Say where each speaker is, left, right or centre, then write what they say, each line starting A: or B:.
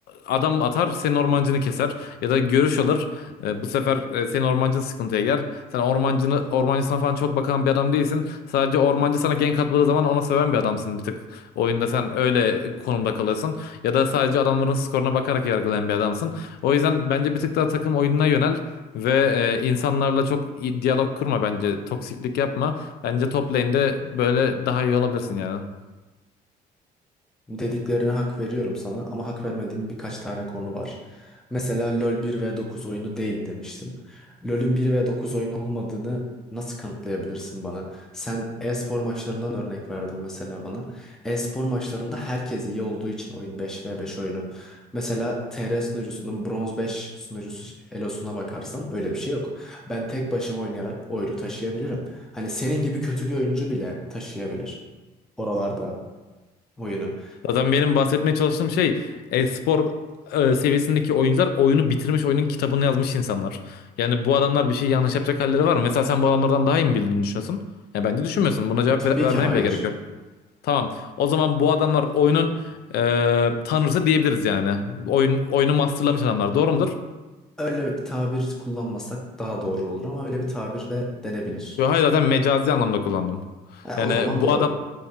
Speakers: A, on the left; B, in the centre.
A: adam atar senin ormancını keser ya da görüş alır. E, bu sefer e, senin ormancın sıkıntıya girer. Sen ormancını, ormancısına falan çok bakan bir adam değilsin. Sadece ormancı sana gank atmadığı zaman ona söven bir adamsın bir tık. Oyunda sen öyle konumda kalırsın. Ya da sadece adamların skoruna bakarak yargılayan bir adamsın. O yüzden bence bir tık daha takım oyununa yönel. Ve e, insanlarla çok iyi diyalog kurma bence. Toksiklik yapma. Bence top lane'de böyle daha iyi olabilirsin yani.
B: Dediklerine hak veriyorum sana ama hak vermediğim birkaç tane konu var. Mesela LoL bir ve 9 oyunu değil demiştin. LoL'ün bir ve 9 oyunu olmadığını nasıl kanıtlayabilirsin bana? Sen e-spor maçlarından örnek verdin mesela bana. E-spor maçlarında herkes iyi olduğu için oyun 5 ve 5 oyunu. Mesela TR sunucusunun bronz 5 sunucusu elosuna bakarsan öyle bir şey yok. Ben tek başıma oynayarak oyunu taşıyabilirim. Hani senin gibi kötü bir oyuncu bile taşıyabilir oralarda oyunu.
A: Zaten benim bahsetmeye çalıştığım şey e-spor e, seviyesindeki oyuncular oyunu bitirmiş, oyunun kitabını yazmış insanlar. Yani bu adamlar bir şey yanlış yapacak halleri var mı? Mesela sen bu adamlardan daha iyi mi bildiğini düşünüyorsun? Ya bence düşünmüyorsun. Buna cevap
B: Tabii
A: ver- vermene
B: ki hayır.
A: bile gerek yok. Tamam. O zaman bu adamlar oyunun e, tanrısı diyebiliriz yani. Oyun oyunu masterlamış adamlar. Doğru mudur?
B: Öyle bir tabir kullanmasak daha doğru olur ama öyle bir tabir de denebilir.
A: Yok hayır zaten mecazi anlamda kullandım.
B: Ha,
A: Yani
B: o zaman
A: bu
B: doğru.